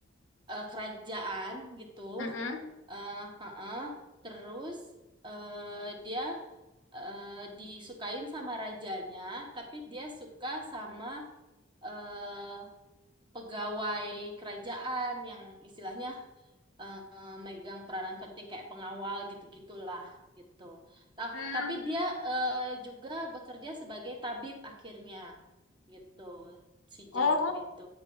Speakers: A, on the right (about 25°); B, on the left (about 80°).
A: eh, kerajaan gitu.
B: Mm-mm.
A: eh heeh. Terus eh dia eh, disukain sama rajanya, tapi dia suka sama eh pegawai kerajaan yang istilahnya eh, megang peranan penting kayak pengawal gitu-gitulah gitu. Ta-
B: Hmm.
A: tapi dia eh, juga bekerja sebagai tabib akhirnya gitu si
B: Oh,
A: Janggem itu.